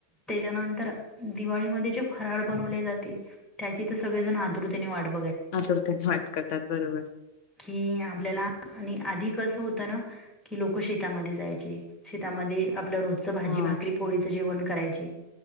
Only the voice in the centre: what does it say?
त्याच्यानंतर तर दिवाळीमध्ये जे फराळ बनवले जाते त्याची तर सगळेजण आतुरतेने वाट बघतात
कि आपल्याला आणि आधी कसं होतं ना की लोक शेतामध्ये जायचे शेतामध्ये आपल्या रोजचं भाजी
भाकरी पोळीचं जेवण करायचे,